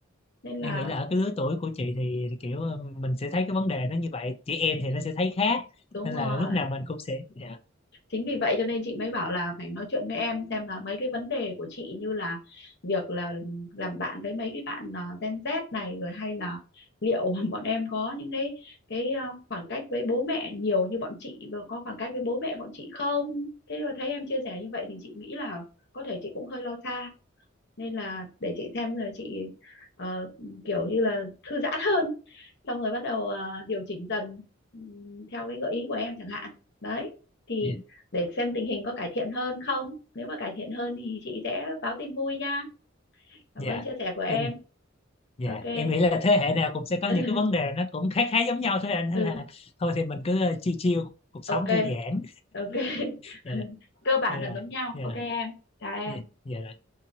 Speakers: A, on the left; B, on the left.
A: nên là
B: em nghĩ là ở cái lứa tuổi của chị thì kiểu ờ, mình sẽ thấy cái vấn đề nó như vậy chị em thì nó sẽ thấy khác
A: đúng
B: nên
A: rồi
B: là lúc nào mình cũng sẽ dạ
A: chính vì vậy cho nên chị mới bảo là phải nói chuyện với em xem là mấy cái vấn đề của chị như là việc là làm bạn với mấy cái bạn ờ, Gen Z này rồi hay là liệu <laughs> bọn em có những cái cái ờ, khoảng cách với bố mẹ nhiều như bọn chị và có khoảng cách với bố mẹ bọn chị không thế rồi thấy em chia sẻ như vậy thì chị nghĩ là có thể chị cũng hơi lo xa nên là để chị xem rồi chị ờ, kiểu như là thư giãn hơn xong rồi bắt đầu ờ, điều chỉnh dần ừm, theo cái gợi ý của em chẳng hạn đấy thì
B: dạ
A: để xem tình hình có cải thiện hơn không nếu mà cải thiện hơn thì chị sẽ báo tin vui nha cảm
B: dạ.
A: ơn chia sẻ của em
B: em dạ
A: ok
B: em nghĩ là thế hệ nào cũng sẽ có
A: <laughs>
B: những cái vấn đề nó cũng khá khá giống nhau thôi anh nên
A: ừ
B: là thôi thì mình cứ ờ, chill chill cuộc sống
A: ok
B: thư giãn
A: ok <laughs>
B: Dạ
A: cơ bản
B: Dạ rồi
A: là giống nhau
B: dạ
A: ok
B: rồi
A: em chào em
B: dạ dạ